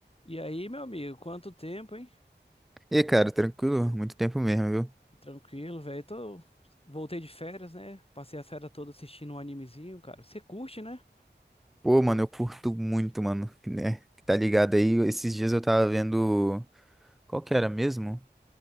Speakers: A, on the left (about 30°); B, in the centre.
A: E aí, meu amigo, quanto tempo, hein?
B: E, cara, tranquilo? Muito tempo mesmo, viu?
A: Tranquilo, velho. Tô... Voltei de férias, né? Passei a férias toda assistindo um animezinho, cara. Você curte, né?
B: Pô, mano, eu curto muito, mano, né? que Tá ligado aí? Esses dias eu tava vendo. Qual que era mesmo?